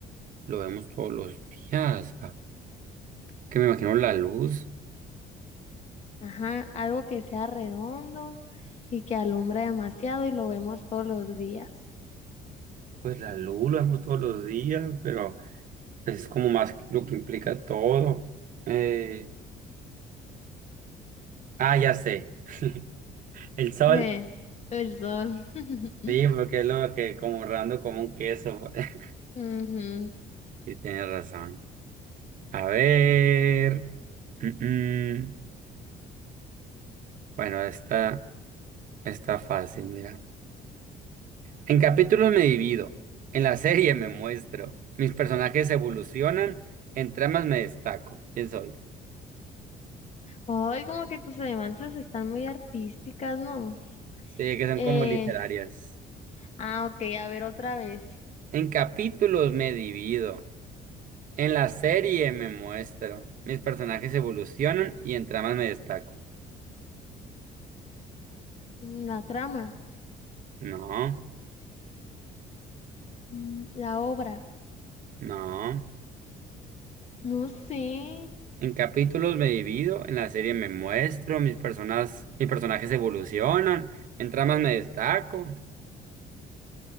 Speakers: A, on the right (about 50°); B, on the left (about 40°).
A: lo vemos todos los días. ah, Que me imagino la luz.
B: Ajá, algo que sea redondo y que alumbre demasiado y lo vemos todos los días.
A: Pues la luz la vemos todos los días, pero pues, es como más lo que implica todo. Eh, ah, ya sé. <laughs> El sol.
B: Ve, el sol. <laughs>
A: Sí, porque es lo que como redondo como un queso. <laughs>
B: Ujú.
A: Sí, tienes razón. A ver. mm, mm. Bueno, esta está fácil, mira. En capítulos me divido, en la serie me muestro, mis personajes evolucionan, en tramas me destaco. ¿Quién soy?
B: Ay, como que tus adivinanzas están muy artísticas, ¿no?
A: Sí, que son
B: Eh,
A: como literarias.
B: ah, ok, a ver otra vez.
A: En capítulos me divido, en la serie me muestro, mis personajes evolucionan y en tramas me destaco.
B: Mm, La trama,
A: No,
B: mm, la obra,
A: no.
B: no sé,
A: En capítulos me divido, en la serie me muestro, mis personas, mis personajes evolucionan, en tramas me destaco.